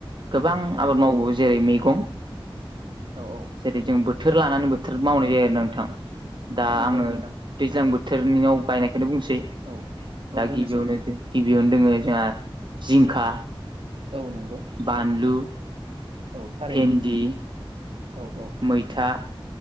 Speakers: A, on the right; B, on the right.
A: गोबां
B: औ
A: आबाद मावो जेरै मैगं
B: औ औ
A: जेरै जों बोथोर लानानै बोथोर मावनाय जायो आरोना नोंथां दा
B: औ नंगौ
A: आङो
B: नोंथां
A: दैज्लां बोथोरनिनाव गायनायखौनो बुंसै
B: औ औ
A: दा
B: बुंनोसै
A: गिबियावनो गिबियावनो दोङ जोंहा जिंखा
B: औ नंगौ
A: बानलु
B: औ थारैनो
A: भेन्दि
B: औ औ
A: मैथा